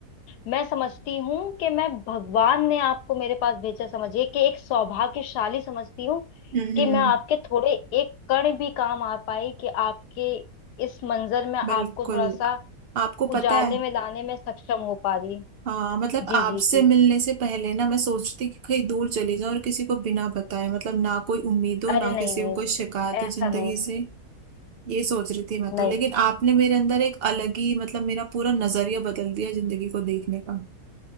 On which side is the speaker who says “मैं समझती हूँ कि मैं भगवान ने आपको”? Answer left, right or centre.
Left